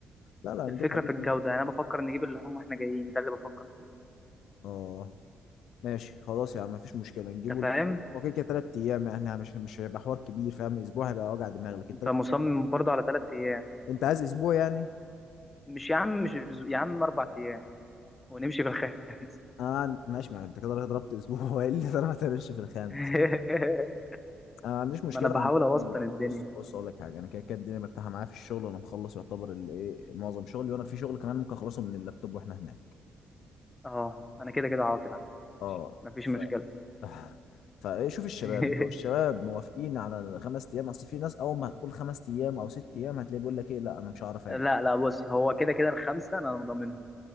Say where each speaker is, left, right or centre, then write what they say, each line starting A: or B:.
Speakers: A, on the left; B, on the left.
A: لا لا هنجيب
B: الفكره
A: حاجتنا
B: في الجوده يعني انا بفكر نجيب اللحوم واحنا جايين ده اللي بفكر فيه
A: اه ماشي خلاص يا عم مفيش مشكلة نجيبه
B: انت فاهم
A: اللحوم هو كده كده تلات أيام يعني احنا مش مش هيبقى حوار كبير فاهم أسبوع هيبقى وجع دماغ لكن
B: انت
A: تلات
B: مصمم
A: أيام يعني.
B: برضه على ثلاث ايام
A: أنت عايز أسبوع يعني؟
B: مش يا عم مش أسبوع- يا عم اربع ايام ونمشي في الخامس
A: أنا ما عن- ماشي ما أنت كده رايح ضربت أسبوع <laughs> وإيه اللي ضربت هتمشي في الخامس
B: <laughs>
A: أنا ما عنديش مشكلة
B: ما انا بحاول
A: عامة
B: اوسطن
A: أنا-
B: الدنيا
A: بص بص أقول لك حاجة أنا كده كده الدنيا مرتاحة معايا في الشغل وأنا مخلص يعتبر الإيه معظم شغلي وأنا في شغل كمان ممكن أخلصه من اللابتوب وإحنا هناك
B: اه انا كده كده عاطل يا عم
A: اه <laughs>
B: ماشي، مفيش مشكله
A: فشوف الشباب
B: <laughs>
A: لو الشباب موافقين على الخمس ايام اصل في ناس اول ما هتقول خمس ايام او ست ايام هتلاقيه بيقول لك ايه لا انا مش هعرف
B: لا
A: اجي
B: لا بص هو كده كده الخمسه انا مضمنهم